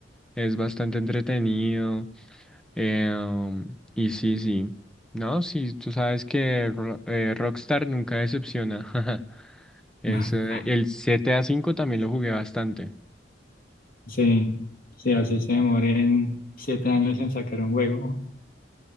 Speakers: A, in the centre; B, on the left (about 50°).
A: es bastante entretenido. eh, um, y sí, sí, no, sí, tú sabes que Ro- eh, Rockstar nunca decepciona. <laughs> Es,
B: <laughs>
A: eh, el GTA V también lo jugué bastante.
B: Sí, sí, así se demoren siete años en sacar un juego.